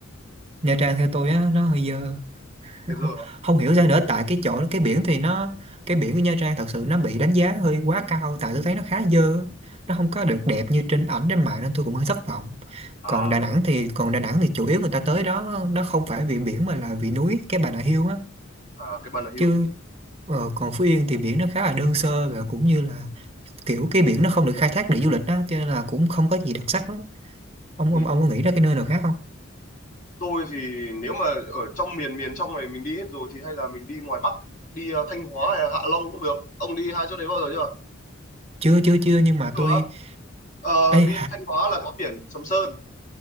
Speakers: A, on the right; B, on the left.
A: Nha Trang theo tôi á nó hơi dơ.
B: thế
A: không,
B: giờ mà
A: không hiểu sao nữa tại cái chỗ cái biển thì nó cái biển của Nha Trang thật sự nó bị đánh giá hơi quá cao tại tôi thấy nó khá dơ nó không có được đẹp như trên ảnh trên mạng nên tôi cũng hơi thất vọng
B: à
A: còn Đà Nẵng thì còn Đà Nẵng thì chủ yếu người ta tới đó nó không phải vì biển mà là vì núi cái Bà Nà Hills á
B: à cái bàn là hưu
A: chứ ờ, còn Phú Yên thì biển nó khá là đơn sơ và cũng như là kiểu cái biển nó không được khai thác để du lịch á cho nên là cũng không có gì đặc sắc lắm ông
B: Ừ.
A: ông ông có nghĩ ra cái nơi nào khác không
B: tôi thì nếu mà ở trong miền miền trong này mình đi hết rồi thì hay là mình đi ngoài Bắc đi ờ, Thanh Hóa hay là Hạ Long cũng được ông đi hai chỗ đấy bao giờ chưa
A: chưa chưa chưa nhưng mà
B: Cửa,
A: tôi
B: ờ,
A: ấy
B: đi Thanh Hóa là có biển Sầm Sơn